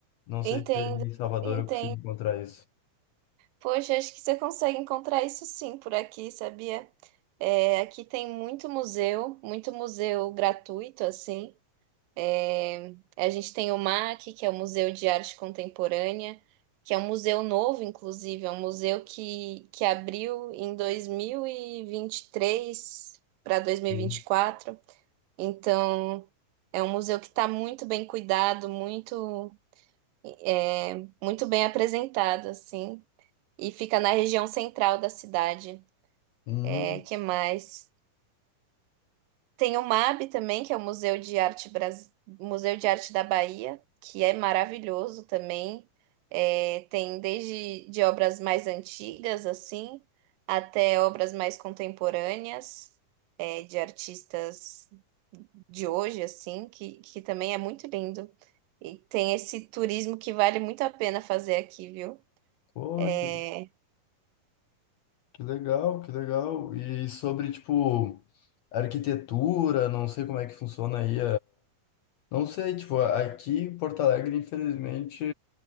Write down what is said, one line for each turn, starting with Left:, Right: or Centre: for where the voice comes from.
Left: Não
Right: Entendo,
Left: sei se ali em Salvador
Right: entendo.
Left: eu consigo encontrar isso.
Right: Poxa, acho que você consegue encontrar isso sim por aqui, sabia? É, aqui tem muito museu, muito museu gratuito, assim. É, a gente tem o MAC, que é o Museu de Arte Contemporânea, que é um museu novo, inclusive, é um museu que, que abriu em 2023 para dois mil
Left: Hum.
Right: e e vinte e quatro Então, é um museu que está muito bem cuidado, muito, é, muito bem apresentado, assim, e fica na região central da cidade.
Left: Hum.
Right: É, que mais? Tem o MAB também, que é o Museu de Arte Bras... Museu de Arte da Bahia, que é maravilhoso também. É, tem desde de obras mais antigas, assim, até obras mais contemporâneas, é, de artistas de hoje, assim, que, que também é muito lindo. E tem esse turismo que vale muito a pena fazer aqui, viu?
Left: Pô,
Right: É,
Left: que, que legal, que legal. E sobre, tipo, arquitetura, não sei como é que funciona aí Não sei, tipo, aqui em Porto Alegre, infelizmente,